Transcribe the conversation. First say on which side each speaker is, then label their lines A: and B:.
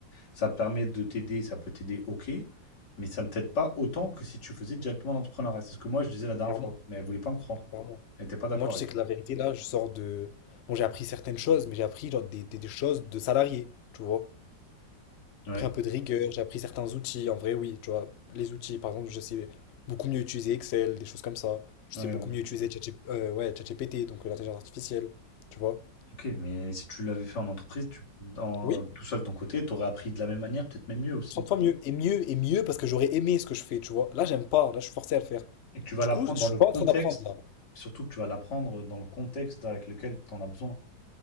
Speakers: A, on the left; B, on the left.
A: ça te permet de t'aider, ça peut t'aider, ok, mais ça ne t'aide pas autant que si tu faisais directement l'entrepreneuriat. C'est ce que moi je disais la dernière
B: Clairement,
A: fois, mais elle voulait pas me croire.
B: clairement.
A: Elle n'était pas d'accord
B: Moi, tu
A: avec
B: sais que la vérité, là, je sors de... Bon, j'ai appris certaines choses, mais j'ai appris genre des, des- des choses de salarié, tu vois.
A: Ouais.
B: J'ai pris un peu de rigueur, j'ai appris certains outils. En vrai, oui, tu vois, les outils, par exemple, je sais beaucoup mieux utiliser Excel, des choses comme ça. Je
A: Ouais,
B: sais beaucoup
A: ouais.
B: mieux utiliser ChatG- euh, ouais, ChatGPT, donc euh, l'intelligence artificielle, tu vois.
A: Ok, mais si tu l'avais fait en entreprise, tu, en-
B: Oui,
A: tout seul de ton côté, tu aurais appris de la même manière, peut-être même mieux aussi.
B: 30 fois mieux. Et mieux, et mieux, parce que j'aurais aimé ce que je fais, tu vois. Là, j'aime pas, là, je suis forcé à le faire.
A: Et que tu vas
B: Du
A: l'apprendre
B: coup, je suis
A: dans le
B: pas
A: contexte,
B: en train d'apprendre, là.
A: surtout que tu vas l'apprendre dans le contexte avec lequel tu en as besoin.